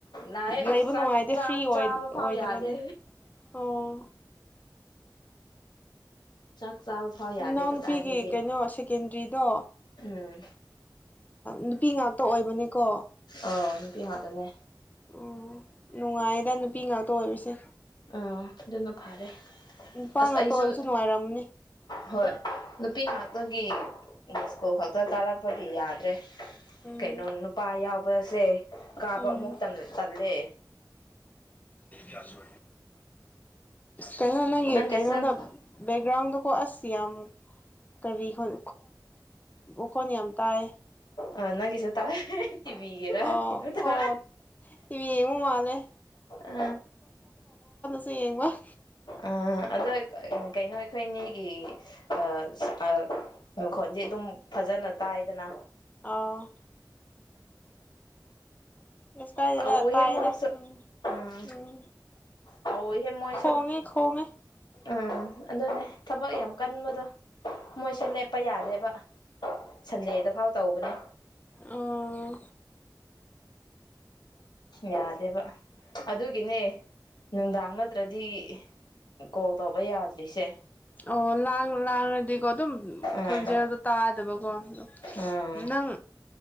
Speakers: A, on the left (about 70°); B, on the left (about 20°).
A: ꯅꯥꯏ
B: ꯂꯩꯕ
A: ꯆꯥꯛ
B: ꯅꯨꯡꯉꯥꯏꯇꯦ
A: ꯆꯥꯛ
B: ꯐ꯭ꯔꯤ
A: ꯆꯥꯕ ꯐꯥꯎ
B: ꯑꯣꯏꯗꯕꯅꯦ
A: ꯌꯥꯗꯦ
B: ꯑꯣ
A: ꯆꯥꯛ ꯆꯥꯕ ꯐꯥꯎ ꯌꯥꯗꯦ
B: ꯅꯥꯎ
A: ꯀꯗꯥꯏꯗꯒꯤ
B: ꯅꯨꯄꯤꯒꯤ ꯀꯩꯅꯣ ꯁꯦꯀꯦꯟꯗ꯭ꯔꯤꯗꯣ
A: ꯎꯝ
B: ꯅꯨꯄꯤ ꯉ ꯇ ꯑꯣꯏꯕꯅꯤꯀꯣ
A: ꯑꯣ ꯅꯨꯄꯤ ꯍꯥꯥꯛꯇꯅꯦ
B: ꯎꯝ ꯅꯨꯡꯉꯥꯏꯗ ꯅꯨꯄꯤ ꯉꯥꯛꯇ ꯑꯣꯏꯔꯤꯁꯦ
A: ꯑꯥ ꯑꯗꯨꯅ ꯐꯔꯦ
B: ꯅꯨꯄꯥ
A: ꯑꯁ
B: ꯉꯥꯛꯇ
A: ꯑꯩꯁꯨ
B: ꯑꯣꯏꯕꯁꯨ ꯅꯨꯡꯉꯥꯏꯔꯝꯅꯤ
A: ꯍꯣꯏ ꯅꯨꯄꯤ ꯉꯥꯛꯇ ꯒꯤ ꯁ꯭ꯀꯨꯜ ꯈꯛꯇ ꯀꯥꯔꯛꯄꯒꯤ ꯌꯥꯗ꯭ꯔꯦ
B: ꯎꯝ
A: ꯀꯩꯅꯣ ꯅꯨ ꯄꯥ ꯌꯥꯎ ꯁꯦ ꯀꯥꯕ
B: ꯎꯝ
A: ꯑꯃꯨꯛ ꯇꯜꯂꯦ
B: ꯌꯥꯁ ꯀꯩꯅꯣ ꯅꯪꯒꯤ
A: ꯅꯪꯒꯤꯁꯨ
B: ꯀꯩꯅꯣꯗ ꯕꯦꯛꯒ꯭ꯔꯥꯎꯟꯗ ꯀꯣ ꯑꯁꯤ ꯌꯥꯝꯛ ꯀꯔꯤꯣꯟ ꯋꯥꯈꯣꯟ ꯌꯥꯝ ꯇꯥꯏ
A: ꯑ ꯅꯪꯒꯤꯁꯨ ꯇꯥꯏ꯫ ꯇꯤꯕꯤꯒꯦꯔ
B: ꯑꯣ
A: ꯀꯩꯅꯣ
B: ꯑꯣ
A: ꯇ
B: ꯇꯤꯚꯤ ꯌꯦꯡꯕ ꯃꯥꯜꯂꯦ
A: ꯑ꯫
B: ꯌ‌ꯦꯡꯕ ꯍꯨꯝ꯫
A: ꯑꯥ ꯑꯗꯣ ꯀꯩꯅꯣ ꯑꯩꯈꯣꯏꯅꯤꯒꯤ ꯑꯥ ꯑꯥ ꯃꯈꯣꯜꯗꯤ ꯑꯗꯨꯝ ꯐꯖꯅ ꯇꯥꯏꯗꯅ꯫
B: ꯑꯧ꯫ ꯑꯁ ꯀꯥꯏꯗꯦꯗ
A: ꯇꯧꯋ‌ꯦꯍꯦ
B: ꯇꯥꯏꯌꯦꯗ
A: ꯃꯣꯏꯁꯨ
B: ꯎꯝ
A: ꯎꯝ꯫
B: ꯎꯝ
A: ꯇꯧꯋ‌ꯦꯍꯦ ꯃꯣꯏꯁꯨ
B: ꯈꯣꯡꯉꯦ ꯈꯣꯡꯉꯦ
A: ꯎꯝ ꯑꯗꯨꯅꯦ ꯊꯕꯛ ꯌꯥꯝ ꯀꯟꯕꯗꯣ
B: ꯎꯝ
A: ꯃꯣꯏꯁꯦ ꯂꯦꯞꯄ ꯌꯥꯗꯦꯕ ꯁꯟꯗꯦꯗ ꯐꯥꯎ ꯇꯧꯕꯅꯦ꯫
B: ꯎꯝ
A: ꯌꯥꯗꯦꯕ꯫ ꯑꯗꯨꯒꯤꯅꯦ꯫ ꯅꯨꯡꯗꯥꯡ ꯅꯠꯇ꯭ꯔꯗꯤ ꯀꯣꯜ ꯇꯧꯕ ꯌꯥꯗ꯭ꯔꯤꯁꯦ꯫
B: ꯑꯣ ꯂꯥꯡ ꯂꯥꯡꯉꯗꯤꯀꯣ ꯑꯗꯨꯝ
A: ꯎꯝ
B: ꯈꯣꯟꯖꯦꯜꯗꯣ ꯇꯥꯗꯕ꯫ ꯀꫭ꯫
A: ꯎꯝ
B: ꯅꯪ꯫